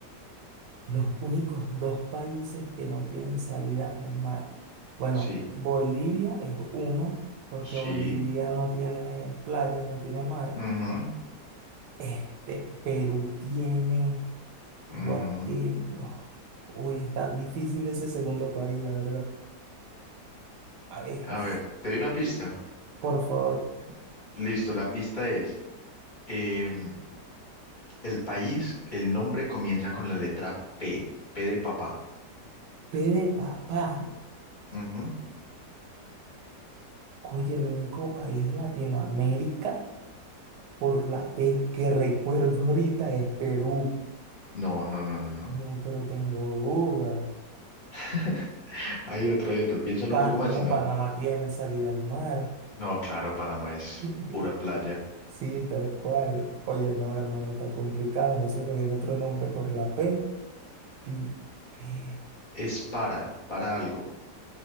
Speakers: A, on the right; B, on the left.
A: Los únicos dos países que no tienen salida al mar. Bueno,
B: Sí,
A: Bolivia es uno, porque
B: sí.
A: Bolivia no tiene playas, no tiene mar.
B: ujú,
A: Este, Perú tiene
B: ujú.
A: Guatemala. Uy, está difícil ese segundo país, la verdad. A ver,
B: A
A: este,
B: ver, te doy una pista.
A: por favor,
B: Listo, la pista es, em, el país, el nombre comienza con la letra P, P de papá.
A: P de papá.
B: Ujú.
A: Oye, el único país de Latinoamérica por la P que recuerdo ahorita es Perú.
B: No, no, no, no, no.
A: No, pero tengo dudas.
B: <laughs> Hay otro, hay otro. Piénsalo
A: Pa-
B: un poco más,
A: no,
B: si no.
A: Panamá tiene salida al mar.
B: No, claro, Panamá es
A: <laughs>
B: pura playa.
A: Sí, tal cual. Oye, no, hermano, está complicado. No se me viene otro nombre por la P. Pi- P.
B: Es para, para algo.